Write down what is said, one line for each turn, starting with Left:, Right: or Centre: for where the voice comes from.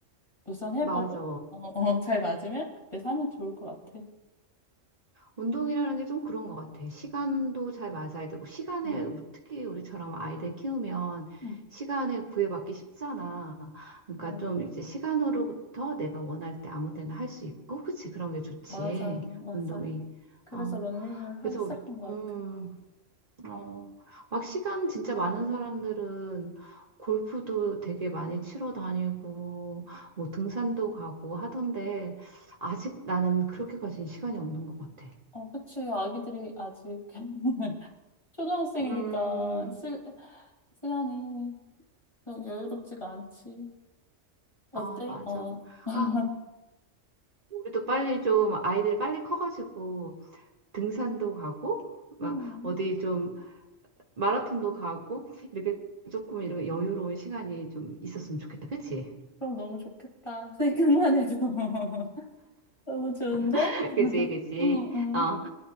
Left: 우선 해보고
Right: 맞아.
Left: 어, 어, <laughs> 잘 맞으면 그때 사면 좋을 것 같아.
Right: 운동이라는 게 좀 그런 것 같아. 시간도 잘 맞아야 되고, 시간에,
Left: 응,
Right: 우- 특히 우리처럼 아이들 키우면
Left: 응.
Right: 시간에 구애받기 쉽잖아. 그러니까
Left: 그래.
Right: 좀 이제 시간으로부터 내가 원할 때 아무 데나 할 수 있고, 그치? 그런 게 좋지.
Left: 맞아, 맞아.
Right: 운동이.
Left: 그래서
Right: 어,
Left: 런닝을
Right: 그래서
Left: 하기 시작한
Right: 우리,
Left: 것
Right: 음,
Left: 같아.
Right: 어, 막 시간 진짜 많은 사람들은 골프도 되게 많이 치러 다니고, 뭐 등산도 가고 하던데, 아직 나는 그렇게까지는 시간이 없는 것 같아.
Left: 어, 그치. 아기들이 아직 <laughs> 초등학생이니까
Right: 음,
Left: 시, 시간이 좀 여유롭지가 않지. 어때?
Right: 아, 맞아.
Left: 어. <laughs>
Right: 아, 우리도 빨리 좀 아이들이 빨리 커가지고 등산도 가고, 막
Left: 음,
Right: 어디 좀 마라톤도 가고, 이렇게 조금 이런 여유로운 시간이 좀 있었으면 좋겠다. 그치?
Left: 그럼 너무 좋겠다. 생각만 해도. <laughs> 너무 좋은데?
Right: <laughs>
Left: <laughs>
Right: 그치, 그치.
Left: 응, 응,
Right: 어,